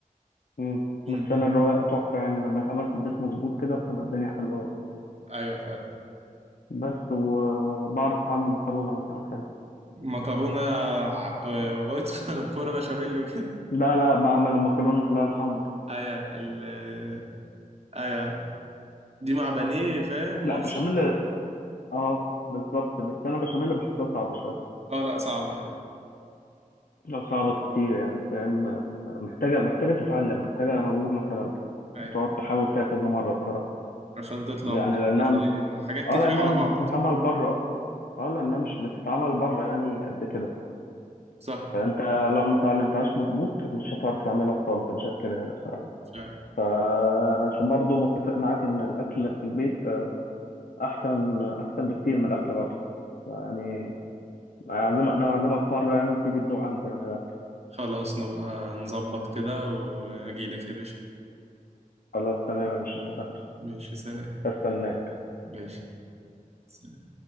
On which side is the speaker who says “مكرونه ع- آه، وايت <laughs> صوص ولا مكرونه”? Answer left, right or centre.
Right